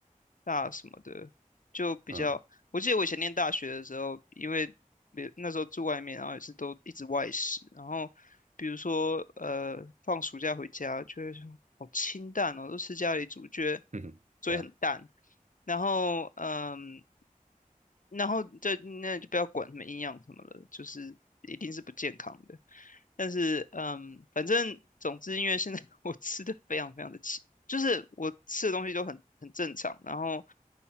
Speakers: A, on the left; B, on the right.
A: 大什么的，就比较。
B: 嗯
A: 我记得我以前念大学的时候，因为比那时候住外面，然后也是都一直外食，然后比如说呃，放暑假回家就会说好清淡哦，都吃家里煮，觉得
B: 嗯，
A: 所以很淡。
B: 对啊，
A: 然后嗯，然后就那就不要管什么营养什么了，就是一定是不健康的。但是嗯，反正总之，因为现在 <laughs> 我吃的非常非常的奇，就是我吃的东西都很很正常，然后